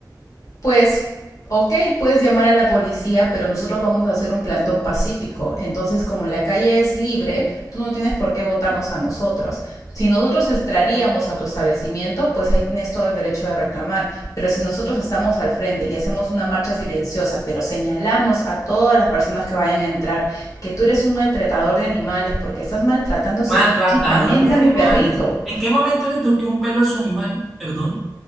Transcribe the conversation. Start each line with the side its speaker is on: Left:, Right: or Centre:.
Left: Pues, ok, puedes llamar a la policía, pero nosotros vamos a hacer un plantón pacífico. Entonces, como la calle es libre, tú no tienes por qué votarnos a nosotros. Si nosotros entraríamos a tu establecimiento, pues ahí tienes todo el derecho de reclamar. Pero si nosotros estamos al frente y hacemos una marcha silenciosa, pero señalamos a todas las personas que vayan a entrar que tú eres un maltratador de animales porque estás maltratando psicológicamente
Centre: Maltratador de animales.
Left: a mi perrito.
Centre: ¿En qué momento le toqué un pelo a su animal? Perdón.